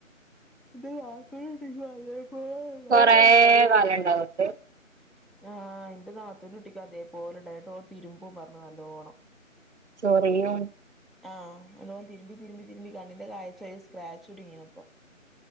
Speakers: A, in the centre; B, on the right.
A: <unintelligible> ഇണ്ടായിനി
B: കൊറേ കാലണ്ട് <unintelligible>
A: ആഹ് എന്റെ നാത്തൂന്റെ കുട്ടിക്ക് അതേപോലെ ഉണ്ടായിട്ട് ഓ തിരുമ്പു പറഞ്ഞു നല്ലോണം
B: ചൊറിയോ
A: ആഹ് അതോൻ തിരുമ്പി തിരുമ്പി തിരുമ്പി കണ്ണിന്റെ കാഴ്ചേൽ സ്ക്രാച്ച് വീണിപ്പോ